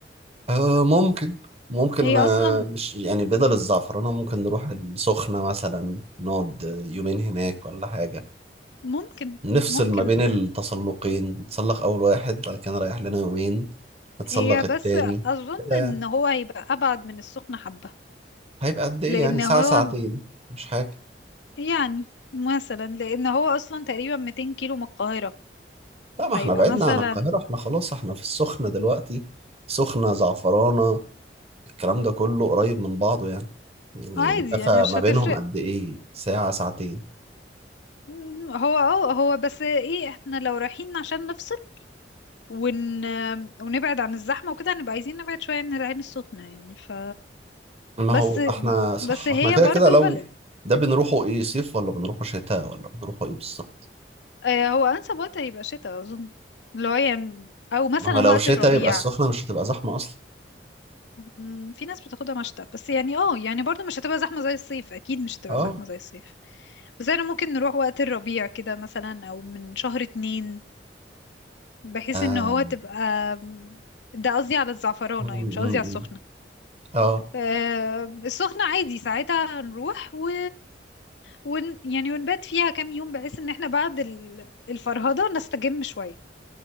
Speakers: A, on the right; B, on the left.
A: آه ممكن ممكن
B: هي
A: آه
B: اصلا
A: مش يعني بدل الزعفرانة ممكن نروح السخنة مثلا نقعد يومين هناك ولا حاجة
B: ممكن
A: نفصل
B: ممكن
A: ما بين التسلقين نتسلق أول واحد بعد كده نريح لنا يومين نتسلق
B: هي
A: التاني
B: بس اظن
A: كده يعني
B: ان هو هيبقى ابعد من السخنة حبة
A: هيبقى قد إيه
B: لان
A: يعني ساعة
B: هو
A: ساعتين مش حاجة
B: يعني مثلا لان هو اصلا تقريبا 200 كيلو من القاهرة
A: لا ما
B: فيبقى
A: احنا بعدنا
B: مثلا
A: عن القاهرة احنا خلاص احنا في السخنة دلوقتي سخنة زعفرانة الكلام ده كله قريب من بعض يعني يعني
B: عادي
A: مسافة
B: يعني مش
A: ما
B: هتفرق
A: بينهم قد إيه ساعة ساعتين
B: مم، هو اه هو بس ايه احنا لو رايحين عشان نفصل ون... ونبعد عن الزحمة وكده هنبقى عايزين نبعد شوية عن العين السخنة يعني ف
A: ما
B: بس
A: هو احنا صح
B: بس هي
A: احنا كده
B: برضو
A: كده لو
B: بلد
A: ده بنروحه ايه صيف ولا بنروحه شتاء ولا بنروحه ايه بالظبط
B: آه، هو انسب وقت هيبقى شتاء اظن اللي هو يعني او مثلا
A: ما هو لو
B: وقت
A: شتاء
B: الربيع
A: يبقى السخنة مش هتبقى زحمة اصلا
B: مم، في ناس بتاخدها مشتى بس يعني اه يعني برضو مش هتبقى زحمة زي الصيف اكيد مش هتبقى
A: اه
B: زحمة زي الصيف بس احنا ممكن نروح وقت الربيع كده مثلا او من شهر اتنين بحيث
A: آه.
B: ان هو تبقى ده قصدي على الزعفرانة
A: م-
B: يعني مش
A: م-
B: قصدي على السخنة
A: م. اه
B: آه، السخنة عادي ساعتها هنروح و... ون... يعني ونبات فيها كام يوم بحيث ان احنا بعد ال- الفرهدة نستجم شوية